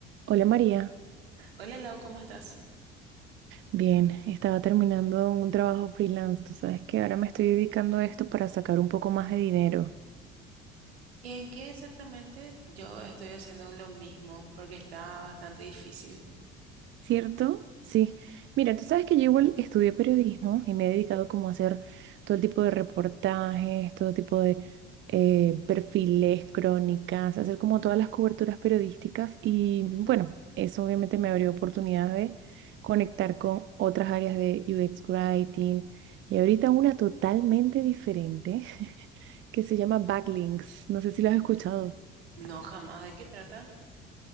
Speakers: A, on the right (about 40°); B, on the right (about 80°).
A: Hola María,
B: Hola Lau, ¿cómo estás?
A: bien, estaba terminando un trabajo freelance, tú sabes que ahora me estoy dedicando a esto para sacar un poco más de dinero,
B: ¿Y en qué exactamente? Yo estoy haciendo lo mismo porque está bastante difícil.
A: ¿cierto? Sí, mira, tú sabes que yo igual estudié periodismo y me he dedicado como a hacer todo el tipo de reportajes, todo tipo de eh, perfiles, crónicas, hacer como todas las coberturas periodísticas y bueno, eso obviamente me abrió oportunidad de conectar con otras áreas de UX Writing y ahorita una totalmente diferente. que se llama backlinks. No sé si lo has escuchado.
B: No, jamás. ¿De qué trata?